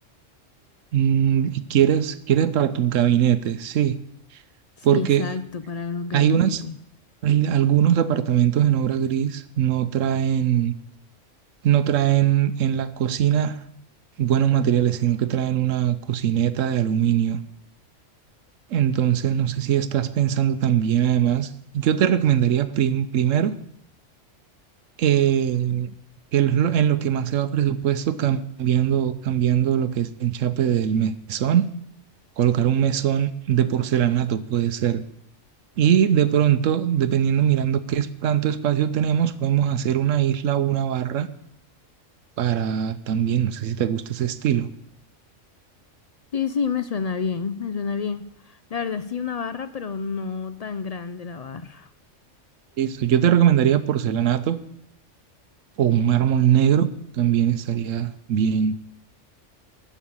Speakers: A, on the right (about 80°); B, on the left (about 50°).
A: Mm, y quieres, quieres para tus gabinetes, sí,
B: Sí,
A: porque
B: exacto, para los gabinetes.
A: hay unas. Al- Algunos departamentos en obra gris no traen, no traen en la cocina buenos materiales, sino que traen una cocineta de aluminio. Entonces, no sé si estás pensando también, además, yo te recomendaría prim- primero eh, que es lo- en lo que más se va presupuesto, cambiando, cambiando lo que es el enchape del mesón, colocar un mesón de porcelanato, puede ser Y de pronto, dependiendo, mirando qué es- tanto espacio tenemos, podemos hacer una isla o una barra para también, no sé si te gusta ese estilo.
B: Sí, sí, me suena bien, me suena bien. La verdad sí una barra, pero no tan grande la barra.
A: Eso, yo te recomendaría porcelanato o un mármol negro, también estaría bien.